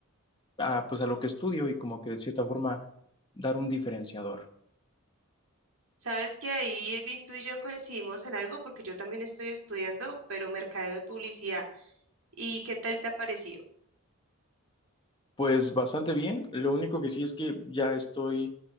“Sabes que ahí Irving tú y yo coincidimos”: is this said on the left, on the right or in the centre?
Right